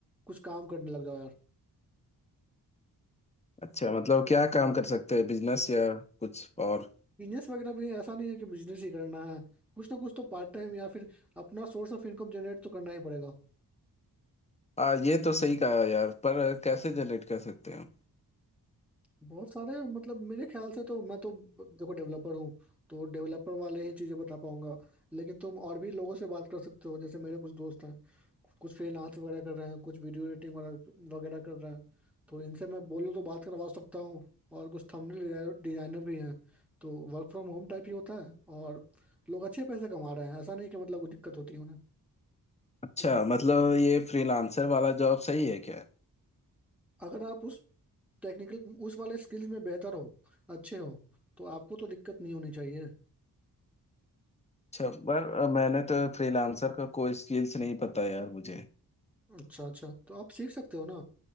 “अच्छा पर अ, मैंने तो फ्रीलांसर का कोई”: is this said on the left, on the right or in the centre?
Left